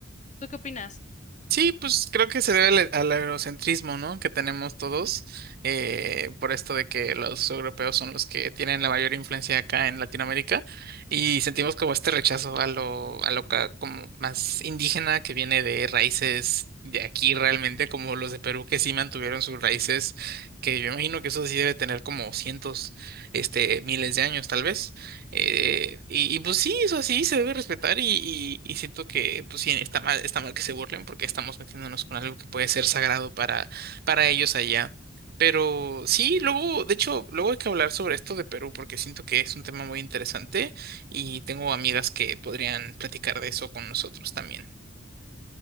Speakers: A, on the left; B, on the right.
A: ¿Tú qué opinas?
B: Sí, pues creo que se debe al, al eurocentrismo, ¿no? Que tenemos todos, eh, por esto de que los europeos son los que tienen la mayor influencia acá en Latinoamérica y sentimos como este rechazo a lo, a lo ca- como más indígena que viene de raíces de aquí realmente, como los de Perú que sí mantuvieron sus raíces, que yo imagino que eso sí debe tener como cientos, este, miles de años tal vez. Eh, y, y, pues sí, eso sí se debe respetar y, y- y siento que pues sí está mal, está mal que se burlen porque estamos metiéndonos con algo que puede ser sagrado para, para ellos allá. Pero sí, luego, de hecho, luego hay que hablar sobre esto de Perú porque siento que es un tema muy interesante y tengo amigas que podrían platicar de eso con nosotros también.